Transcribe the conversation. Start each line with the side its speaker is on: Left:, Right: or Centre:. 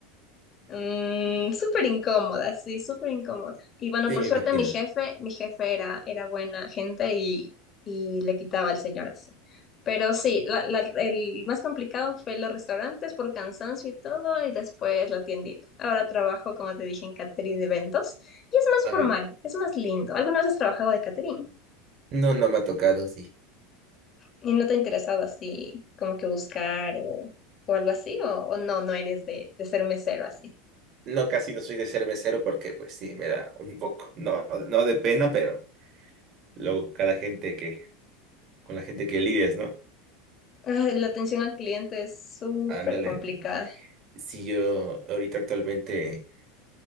Left: Mm, súper incómoda, sí, súper incómoda. Y bueno,
Right: Sí,
Left: por
Right: me
Left: suerte
Right: imagino.
Left: mi jefe, mi jefe era, era buena gente y, y le quitaba al señor así. Pero sí, la- la- el más complicado fue los restaurantes por cansancio y todo, y después la tiendita. Ahora trabajo, como te dije, en catering de eventos y es más
Right: Ay,
Left: formal, es más lindo. ¿Alguna vez has trabajado de catering
Right: no, no me ha tocado, sí.
Left: y no te ha interesado así como que buscar o, o algo así? ¿O, o no, no eres de, de ser mesero así?
Right: No, casi no soy de ser mesero porque pues sí, me da un poco, no, no de pena, pero luego cada gente que, con la gente que lidias, ¿no?
Left: Ay, la atención al cliente es súper
Right: Ándale.
Left: complicada.
Right: Si yo ahorita actualmente